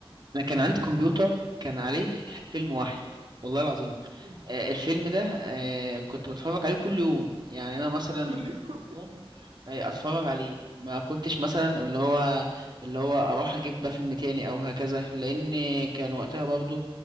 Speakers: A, on the right; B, on the right.
A: انا كان عندي كمبيوتر كان عليه فيلم واحد والله العظيم
B: <laughs>
A: آه، الفيلم ده آه، كنت بتفرج عليه كل يوم يعني انا مثلا
B: كل يوم
A: يوم آه، اتفرج عليه ما كنتش مثلا اللي هو اللي هو اروح اجيب بقى فيلم تاني او هكذا لان كان وقتها برضو